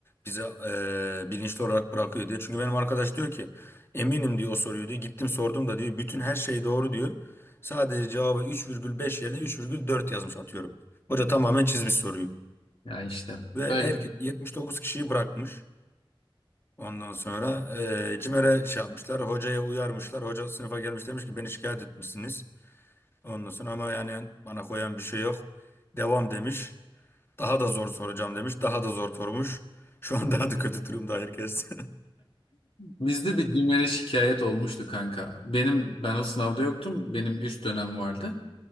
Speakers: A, on the left; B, on the left.
A: bize eee, bilinçli olarak bırakıyor diye. Çünkü benim arkadaş diyor ki eminim diyor o soruyu diyor. Gittim sordum da diyor bütün her şey doğru diyor. Sadece cevaba 3,5 yerine 3,4 yazmış atıyorum. Hoca tamamen çizmiş soruyu.
B: Ya işte
A: Ve
B: böyle.
A: her 79 kişiyi bırakmış. Ondan sonra eee CİMER'e şey yapmışlar. Hocaya uyarmışlar. Hoca sınıfa gelmiş demiş ki beni şikayet etmişsiniz. Ondan sonra ama yani bana koyan bir şey yok. Devam demiş. Daha da zor soracağım demiş. Daha da zor sormuş. Şu an daha da kötü durumda herkes.
B: Bizde bir CİMER'e şikayet olmuştu kanka. Benim ben o sınavda yoktum. Benim üst dönem vardı.